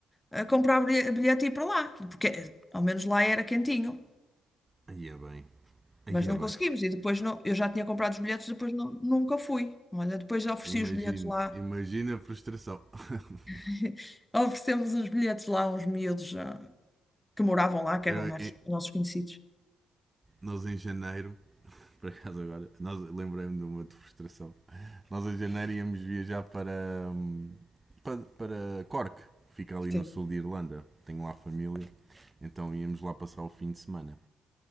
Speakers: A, on the left (about 15°); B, on the right (about 25°).
A: eh, comprar bilhe- bilhete e ir para lá, porque eh, ao menos lá era quentinho,
B: Aí é bem. Aí
A: mas não
B: é bem.
A: conseguimos. E depois não, eu já tinha comprado os bilhetes, depois não- nunca fui. Olha, depois ofereci
B: Imagino,
A: os bilhetes lá,
B: imagina a frustração. <laughs>
A: <laughs> oferecemos os bilhetes lá a uns miúdos. ah, que moravam lá, que
B: Eu,
A: eram nossos,
B: eu-
A: nossos conhecidos.
B: Nós em janeiro, <laughs> por acaso agora, nós lembrei-me de uma de frustração. Nós em janeiro íamos viajar para, hum, para, para Cork, fica ali
A: Sim.
B: no sul de Irlanda. Tenho lá família, então íamos lá passar o fim de semana.